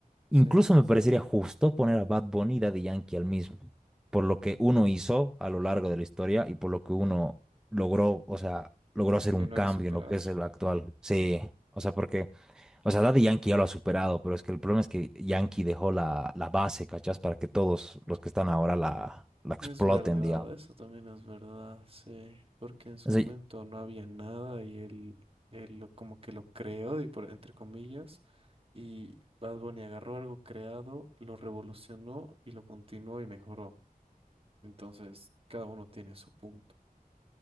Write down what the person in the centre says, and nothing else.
Incluso me parecería justo poner a Bad Bunny y Daddy Yankee al mismo. Por lo que uno hizo a lo largo de la historia y por lo que uno logró, o sea, logró hacer
un cambio
en lo que es el actual. Sí, o sea, porque O sea, Daddy Yankee ya lo ha superado, pero es que el problema es que Yankee dejó la, la base, ¿cachás? Para que todos los que están ahora la, la exploten,
digamos.
O